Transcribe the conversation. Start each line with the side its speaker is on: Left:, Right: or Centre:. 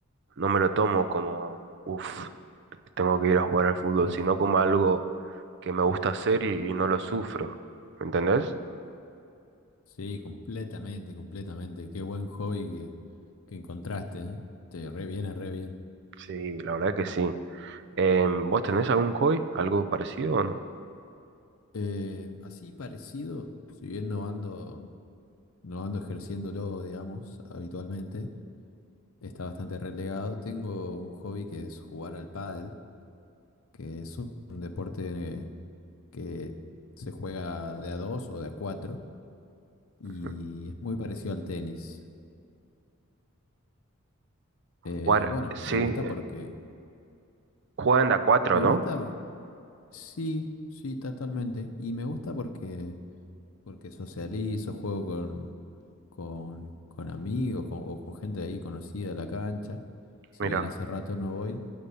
Right: no me lo tomo como, uff, tengo que ir a jugar al fútbol,
Left: claro.
Right: sino como algo que me gusta hacer y, y no lo sufro. ¿Me entendés?
Left: Sí, completamente, completamente. Qué buen hobby que, que encontraste, ¿eh? Te re viene re bien.
Right: Sí, la verdad que sí. Em, ¿vos tenés algún hobby? ¿Algo parecido o no?
Left: Eh, así parecido, si bien no ando, no ando ejerciéndolo, digamos, habitualmente, está bastante relegado. Tengo un hobby que es jugar al pádel, que es un, un deporte que se juega de a dos o de a cuatro y
Right: Ujú.
Left: es muy parecido al tenis. Eh,
Right: Jugar,
Left: bueno,
Right: sí,
Left: me gusta
Right: eh,
Left: porque,
Right: juegan de a cuatro,
Left: me
Right: ¿no?
Left: gusta, sí, sí, totalmente, y me gusta porque, porque socializo, juego con con, con amigos con- o con gente ahí conocida de la cancha. Si
Right: Mira.
Left: bien hace rato no voy,